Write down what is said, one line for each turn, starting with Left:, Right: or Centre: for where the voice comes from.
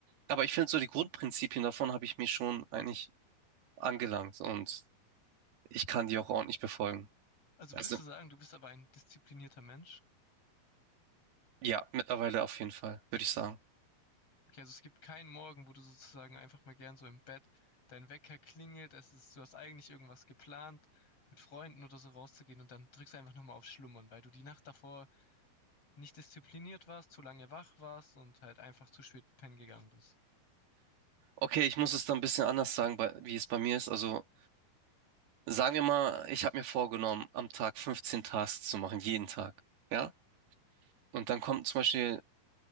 Right: Aber ich finde so die Grundprinzipien davon habe ich mir schon eigentlich angelangt und ich kann die auch ordentlich befolgen.
Left: Also
Right: Also
Left: würdest du sagen, du bist aber ein disziplinierter Mensch?
Right: ja, mittlerweile auf jeden Fall, würde ich sagen.
Left: Okay, also es gibt keinen Morgen, wo du sozusagen einfach mal gern so im Bett dein Wecker klingelt, es ist, du hast eigentlich irgendwas geplant, mit Freunden oder so rauszugehen und dann drückst du einfach nochmal auf Schlummern, weil du die Nacht davor nicht diszipliniert warst, zu lange wach warst und halt einfach zu spät pennen gegangen bist.
Right: Okay, ich muss es dann ein bisschen anders sagen, bei- wie es bei mir ist. Also Sagen wir mal, ich habe mir vorgenommen, am Tag 15 Tasks zu machen, jeden Tag. Ja? Und dann kommt zum Beispiel,